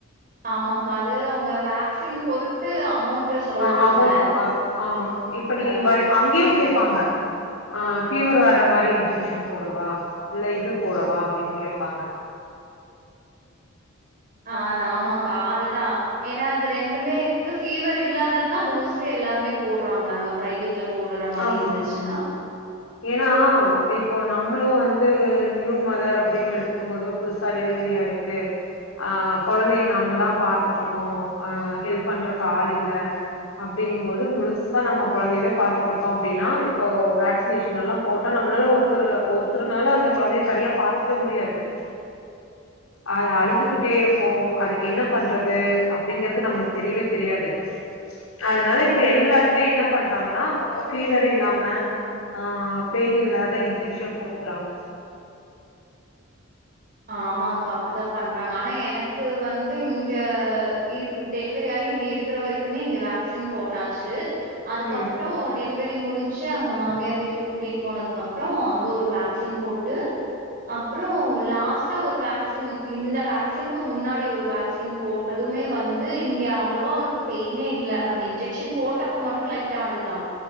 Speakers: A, on the right (about 40°); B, on the left (about 85°).
A: ஆமாக்கா அது அவங்க வேக்சின் பொறுத்து அமௌண்ட் சொல்றாங்க
B: ஆஹ் அமௌண்ட் மாறும் ஆமா இப்ப நீ
A: ஆ
B: அங்கயும் கே <unintelligible> ஆஹ் பபீவர் வர்ற மாதிரி இன்ஜெக்ஷன் போடுவா இல்ல இது போடுவா அப்படின்னு கேட்பாங்க
A: ஆஹ் ஆமாக்கா அது அதான் ஏன்னா அது ரெண்டுமே இருக்கு பீவர் இல்லாதது தான் மோஸ்ட்லி எல்லாருமே போடுறாங்க அங்க பிரைவேட்ல போடுற மாரி
B: ஆமா
A: இருந்துச்சுன்னா
B: ஏன்னா இப்போ நம்மளும் வந்து வ நியூ மதர் அப்படின்னு எடுத்துக்கும் போது புதுசா டெலிவரி ஆயிருக்கு ஆஹ் குழந்தைய நம்மதான் பாத்துட்டு இருக்கோம் ஹெல்ப் ஆஹ் பண்றக்கு ஆள் இல்ல அப்படிங்கும் போது முழுசா நம்ம குழந்தையவே பாத்துட்டு இருக்கோம் அப்படின்னா இப்போ வேக்சினேஷன் எல்லாம் போட்டா நம்மளால ஒருத்த ஒருத்தருனாள அந்த குழந்தைய தனியா பாத்துக்கவே முடியாது அது அழுதுகிட்டே இருக்கும் அதுக்கு என்ன பண்றது அப்படிங்கறது நமளுக்கு தெரியவே தெரியாது அதனால இப்ப எல்லாருமே என்ன பண்றாங்கன்னா ஃபீவர் இல்லாம ஆஹ் பெயின் இல்லாத இன்ஜெக்ஷன் போட்டுக்கறாங்க
A: ஆமாகா அப்படிதான் பண்றாங்க ஆனா எனக்கு வந்து இங்க இருக்கு டெலிவரி ஆயி இங்க இருக்கிற வரைக்குமே இங்க வேக்சின் போட்டாச்சு அதுக்கப்புறம்
B: ம்
A: டெலிவரி டெலிவரி முடிஞ்சு அங்க மாமியார் வீட்டுக்கு கூட்டிட்டு போனதுக்கு அப்புறம் அங்கு ஒரு வேக்சின் போட்டு அப்புறம் லாஸ்ட் ஒரு வேக்சின் இந்த வேக்சினக்கு முன்னாடி ஒரு வேக்சின் போட்டதுமே வந்து இங்க அவ்வளோவா அவனுக்கு பெயினே இல்ல அந்த இன்ஜெக்ஷன் போட்டப்ப மட்டும் லைட் அழுதான்